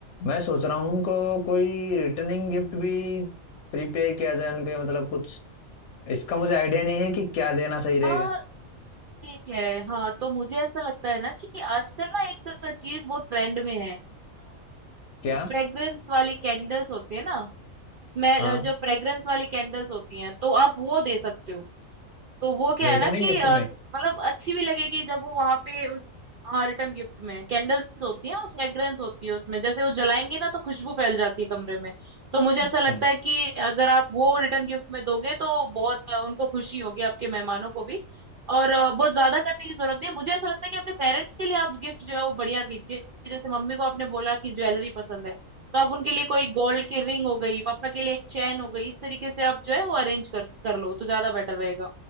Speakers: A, on the left; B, on the right.
A: मैं सोच रहा हूँ उनको कोई रिटर्निंग गिफ्ट भी प्रिपेयर किया जाए उनके मतलब कुछ इसका मुझे आइडिया नहीं है कि क्या देना सही रहेगा
B: हाँ ठीक है हाँ तो मुझे ऐसा लगता है ना कि आजकल ना एक चीज बहुत ट्रेंड में है
A: क्या
B: फ्रेग्रेंस वाली कैंडल्स होती है ना स्मेल
A: हाँ
B: जो फ्रेग्रेंस वाली कैंडल्स होती हैं तो आप वो दे सकते हो तो वो क्या
A: रिटर्निंग
B: है ना कि
A: गिफ्ट
B: अ,
A: में
B: मतलब अच्छी भी लगेगी जब वो वहां पे उस हाँ रिटर्न गिफ्ट में कैंडल्स होती है और फ्रेग्रेंस होती है उसमें जैसे वो जलाएंगी ना तो खुशबू फैल जाती है कमरे में तो मुझे
A: अच्छा
B: ऐसा लगता है कि अगर आप वो रिटर्न गिफ्ट में दोगे तो बहुत अ, उनको खुशी होगी आपके मेहमानों को भी और अ, बहुत ज्यादा करने की जरूरत नहीं है मुझे ऐसा लगता है कि अपने पेरेंट्स के लिए आप गिफ्ट जो है वो बढ़िया कीजिए जैसे मम्मी को आपने बोला कि ज्वेलरी पसंद है तो आप उनके लिए कोई गोल्ड की रिंग हो गई पापा के लिए एक चैन हो गई इस तरीके से आप जो है वो अरेंज कर कर लो तो ज्यादा बेटर रहेगा